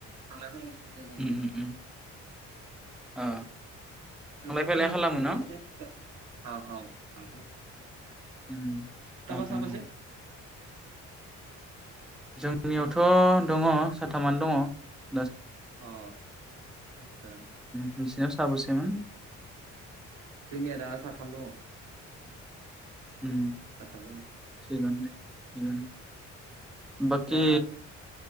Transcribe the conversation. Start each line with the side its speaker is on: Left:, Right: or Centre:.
Right: थांलाय फैलाय असुबिदा
Centre: उम
Right: जायो
Centre: उम
Right: ।
Centre: उम ओ
Right: नोंथांमोननिया
Centre: थांलाय फैलाय खालामो न
Right: ओरैनो <unintelligible> औ औ थां
Centre: उम
Right: सिथाबा
Centre: अ
Right: साबोसे?
Centre: जोंनियावथ' दङ साथामानो दङ ।
Right: अ आतसा ।
Centre: नोंसिना साबोसेमोन?
Right: जोंनिया दा साथाम दङ ।
Centre: उम
Right: साथाम दङ ।
Centre: <unintelligible> बाखि
Right: दा